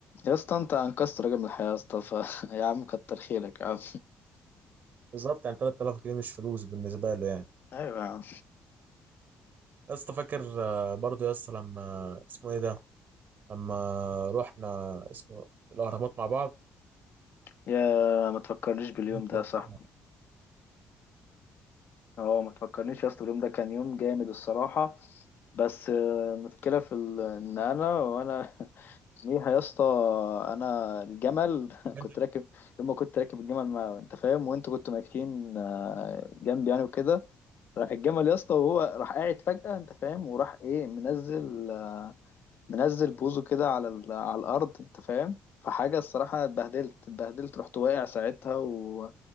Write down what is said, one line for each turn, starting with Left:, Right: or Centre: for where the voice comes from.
Left: يا اسطى انت انقذت راجل من الحياة يا اسطى ف... <laughs> يا عم كتر خيرك يا عم
Right: بالظبط يعني 3000 جنيه مش فلوس بالنسبه له يعني
Left: ايوه يا عم
Right: يا اسطى فاكر آه، برضه يا اسطى لما اسمه ايه ده لما رحنا اسمه الاهرامات مع بعض
Left: يا ما تفكرنيش باليوم
Right: انت
Left: ده
Right: ومحمد
Left: يا صاحبي اه ما تفكرنيش يا اسطى اليوم ده كان يوم جامد الصراحة بس آه، المشكلة في ال... ان انا وانا <laughs> ليها يا اسطى انا الجمل <laughs>
Right: منك.
Left: كنت راكب يوم ما كنت راكب الجمل ما انت فاهم وانتوا كنتوا ماشيين آه، جنبي يعني وكده راح الجمل يا اسطى وهو راح قاعد فجأة انت فاهم وراح ايه منزل منزل بوزه كده على ال- على الارض انت فاهم فحاجه الصراحه اتبهدلت اتبهدلت رحت واقع ساعتها و...